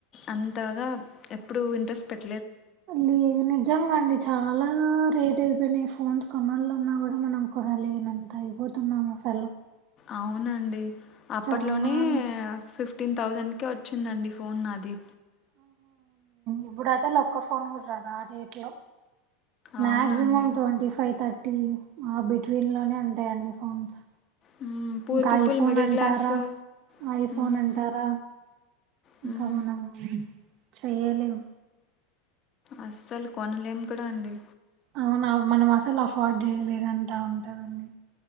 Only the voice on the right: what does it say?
లేదు నిజంగ అండి చాలా రేట్ అయిపోయినాయి ఫోన్స్ కొనాలన్నా గూడా మనం కొనలేను అంత అయిపోతున్నాం అసలు
చానా
ఇప్పుడు అయితే లొక్క ఫోన్ గూడా రాదు ఆ రేట్ లో
మాక్సిమం ట్వంటీ ఫైవ్ థర్ టిన్ ఆ బిట్వీన్ లోనే ఉంటయి అన్ని ఫోన్స్
ఇంక
ఐఫోన్
అంటారా
ఐఫోన్
అంటారా
ఇంకా మనం చెయ్యలేము
అవునా మనం అసలు అఫోర్డ్ చేయలేనంతా ఉంటదండి